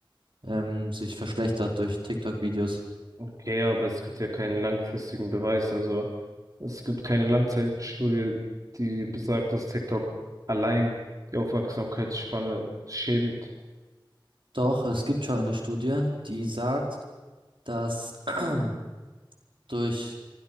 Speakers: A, on the right (about 70°); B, on the right (about 40°).
A: ähm, sich verschlechtert durch TikTok-Videos.
B: Okay, aber es gibt ja keinen langfristigen Beweis. Also, es gibt keine Langzeitstudie, die besagt, dass TikTok allein die Aufmerksamkeitsspanne schädigt.
A: Doch, es gibt schon eine Studie, die sagt, dass <clears throat> durch